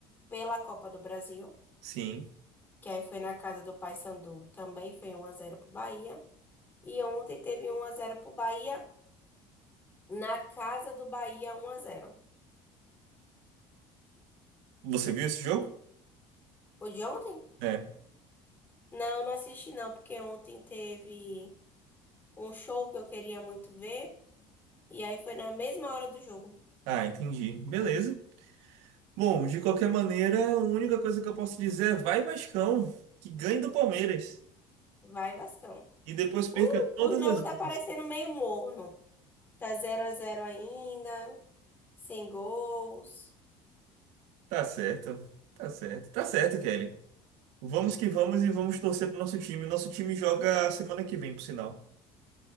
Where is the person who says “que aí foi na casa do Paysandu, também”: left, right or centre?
Left